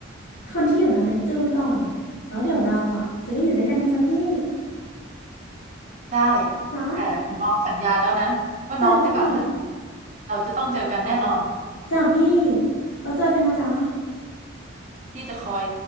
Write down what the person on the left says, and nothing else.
คนที่อยู่ดาวเนปจูนก่อนแล้วเดี๋ยวเราอ่ะจะได้อยู่ด้วยกันนะจ๊ะพี่
จ๊ะ
จ้ะพี่
จ้ะพี่เราเจอกันนะจ๊ะ